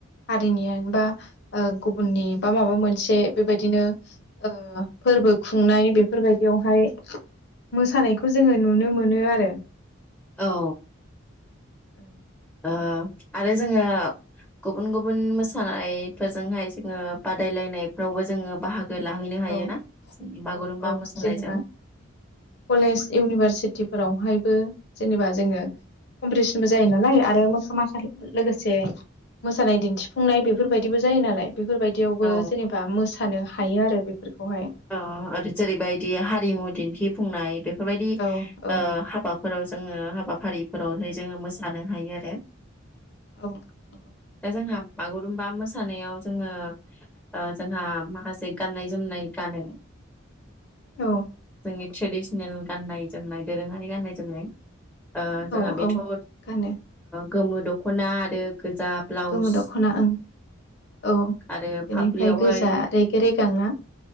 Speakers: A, on the left (about 55°); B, in the centre.
A: हारिनिबा ओ गुबुननि बा माबा मोनसे बेबायदिनो ओ फोरबो खुंनाय बेफोर बायदियावहाय मोसानायखौ जोङो नुनो मोनो आरो।
B: औ।
A: उम
B: बा आरो जोङो गुबुन गुबुन मोसानायफोरजोंहाय जोङो बादाय लायनायफ्रावबो जोङो बाहा गोलाहैनो हायो
A: औ
B: ना जोंनि बागुरुमबा
A: औ औ
B: मोसानायजों।
A: जेनेबा कलेज इउनिभार सिटि फोरावहायबो जेनेबा जोङो कमपिटिसनबो जायो नालाय आरो मोखा माखा लोगोसे मोसानाय दिन्थिफुंनाय बेफोरबायदिबो जायो नालाय बेफोरबायदियावबो
B: औ
A: जेनेबा मोसानो हायो आरो बे फोरखौहाय
B: अ आरो जेरैबायदि हारिमु दिन्थिफुंनाय बे बेफोरबायदि
A: औ औ
B: ओ हाबा फोराव जोङो हाबाफारि फोरावहाय
A: ओं
B: जोङो मोसानो। हायो आरो
A: औ नंगौ।
B: <inaudible> दा जोंहा बागुरुमबा मोसानायाव जोङो ओ जोंहा माखासे गाननाय जोमनाय गानो
A: औ
B: जोंनि थ्रेदिस <unintelligible> गाननाय जोमनाय दोरोङारि गाननाय जोमनाय ओ जोंहा
A: औ
B: बेथ'ओ
A: औ गानो
B: गोमो दख'ना आरो गोजा ब्लाउस
A: गोमो दख'ना ओं औ बेनिफ्राय
B: आरो फाफ्लियावहाय
A: गोजा रेगे रेगां ना